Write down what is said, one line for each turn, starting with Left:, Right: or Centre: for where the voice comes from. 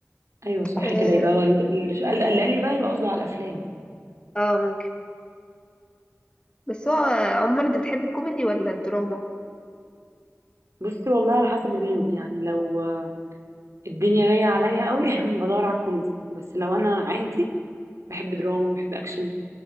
Right: ايوه صح
Left: اه
Right: كده يبقى هو اللي اللي قال لي بقى يبقى قصده على الافلام
Left: آه، ممكن بس هو عموما انت بتحب الكوميدي ولا الدراما
Right: بصي والله على حسب المود يعني لو آه، الدنيا جايه عليا قوي <laughs> بدور على الكوميدي بس لو انا عادي بحب دراما بحب اكشن